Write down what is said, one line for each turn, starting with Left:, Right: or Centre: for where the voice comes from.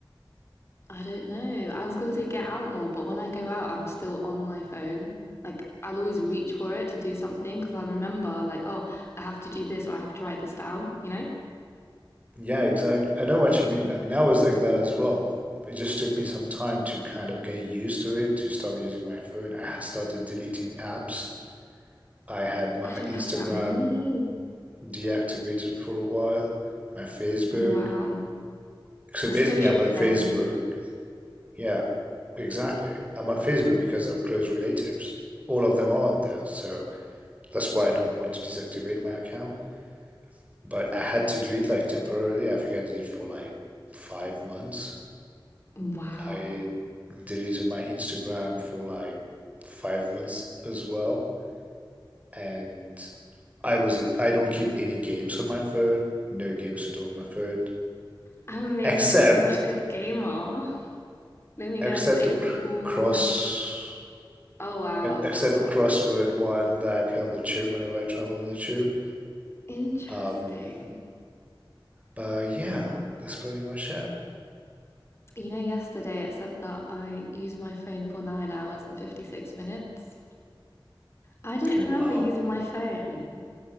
Left: I don't know, I was going to say get out more, but when I go out, I'm still on my phone. Like I'll always reach for it to do something because I'll remember, like, oh, I have to do this or I have to write this down, you know?
Right: Yeah, exactly. I know what you mean. I mean, I was like that as well. It just took me some time to kind of get used to it, to stop using my phone. I started deleting apps. I had my
Left: I don't
Right: Instagram
Left: have that many.
Right: deactivated for a while. My Facebook.
Left: Wow.
Right: So
Left: A
Right: basically,
Left: social
Right: I'm on
Left: cleanse.
Right: Facebook. Yeah, exactly. I'm on Facebook because of close relatives. All of them are on there. So that's why I don't want to deactivate my account. But I had to do it like temporarily. I think I did it for like five months.
Left: Wow.
Right: I deleted my Instagram for like five months as well. And I wasn't, I don't keep any games on my phone. No games at all on my phone.
Left: Um, maybe
Right: Except
Left: because you're not a good gamer. Let me
Right: Except
Left: guess, able
Right: a cr-
Left: pool.
Right: cross,
Left: Oh wow,
Right: except
Left: crossword.
Right: a crossword one that I play on the tube whenever I travel on the tube.
Left: Interesting.
Right: Um, but yeah, that's pretty much it.
Left: You know, yesterday it said that I used my phone for nine hours and 56 minutes. I don't
Right: Wow.
Left: remember using my phone.